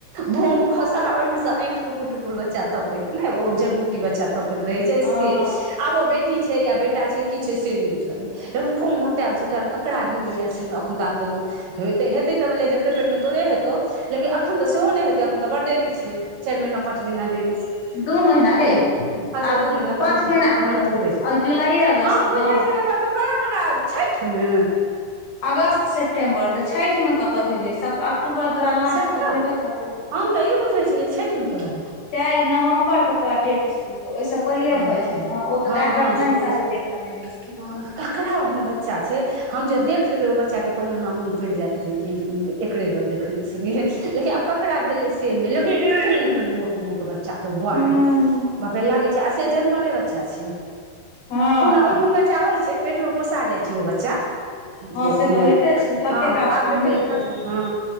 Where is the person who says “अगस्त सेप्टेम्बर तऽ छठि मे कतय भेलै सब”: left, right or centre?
Left